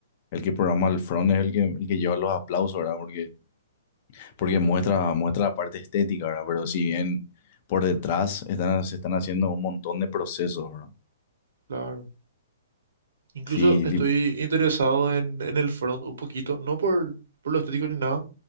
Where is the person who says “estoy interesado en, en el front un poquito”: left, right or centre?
Right